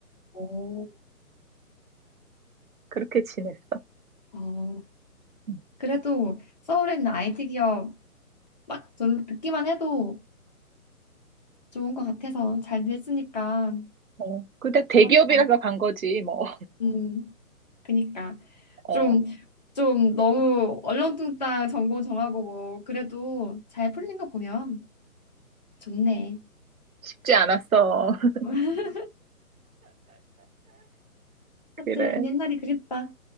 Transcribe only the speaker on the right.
그렇게 지냈어.
음.
어, 근데 대기업이라서
간 거지, 뭐.
어.
쉽지 않았어. <laughs>
그래.